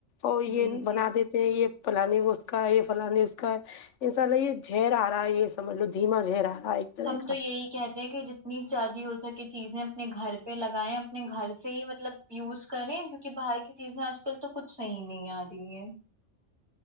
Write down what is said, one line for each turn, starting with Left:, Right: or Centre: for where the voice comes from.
Left: اور یہ
Right: جی
Left: بنا
Right: جی
Left: دیتے یہ فلانی وہ اس کا یہ فلانی اس کا ہے انساء اللہ یہ جھیہر آ رہا ہے یہ سجھ لو دھیما جھیہر آ رہا ہے طرح
Right: ہم
Left: کا
Right: تو یہی کہتے ہیں کہ جتنی زیادی ہو سکے چیزیں اپنے گھر پہ لگائیں اپنے گھر سے صحی مطلب یوز کریں کیوںکہ باہر کی چیزیں آج کل تو کچھ صحیح نہیں آ رہی ہیں